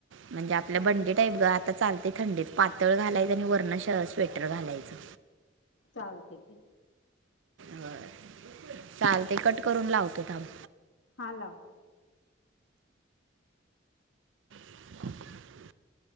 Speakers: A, on the right; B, on the left.
A: म्हणजे आपलं
B: हा
A: बंडी टाईप ग आता चालत ते थंडीत पातळ घालायचं आणि वर्ण स्वेटर घालायचं
B: चालते की.
A: हो चाल ते कट करून लावतो थांब.
B: हा लाव
A: <unintelligible>